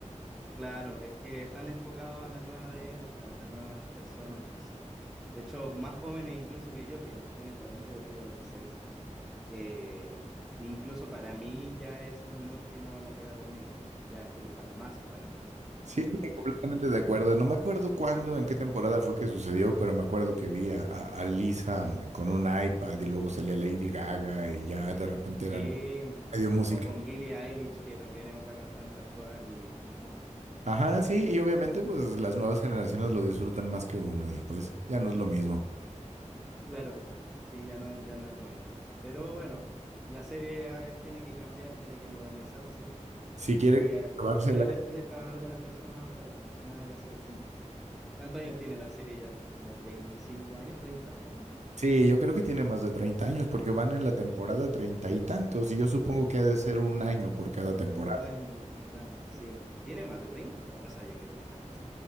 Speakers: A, in the centre; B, on the right.
A: Claro, es que están enfocados a la nueva época, a las nuevas personas, entonces, de hecho, más jóvenes incluso que yo, que tú tienes 40, yo tengo 26, eh, incluso para mí ya es un humor que no, no pega conmigo, ya es como para más joven
B: Sí, sí, completamente de acuerdo. No me acuerdo cuándo, en qué temporada fue que sucedió, pero me acuerdo que vi a, a- a Lisa con un iPad y luego salía Lady Gaga y ya de repente
A: Sí,
B: era la- medio música.
A: o con Billie Eilish, que también es otra cantante actual y no,
B: Ajá, sí, y obviamente pues las nuevas generaciones lo disfrutan más que uno y pues ya no es lo mismo.
A: claro, sí, ya no, ya no es lo mismo. Pero bueno, la serie ah, tiene que cambiar, tiene que modernizarse
B: Si quiere
A: y eh,
B: llevarse
A: al final
B: a la...
A: se deja a algunas personas afuera, nada que hacer. Sí. ¿Cuántos años tiene la serie ya? ¿Como 25 años, 30 años ya?
B: Sí, yo creo que tiene más de 30 años porque van en la temporada treinta y tantos y yo supongo que ha de ser un año por cada temporada.
A: Una, un año por temporada, sí. ¿Tiene más de treinta O no sabía que tenía tanto.